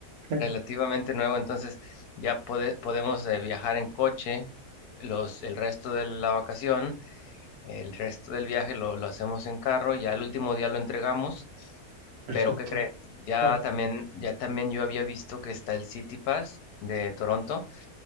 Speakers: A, on the right (about 70°); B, on the left (about 75°).
A: Eh,
B: relativamente nuevo, entonces ya pode- podemos eh, viajar en coche los, el resto de la vacación El resto del viaje lo, lo hacemos en carro, ya el último día lo entregamos,
A: Perfecto,
B: pero ¿qué crees? Ya
A: claro.
B: también, ya también yo había visto que está el City Pass de Toronto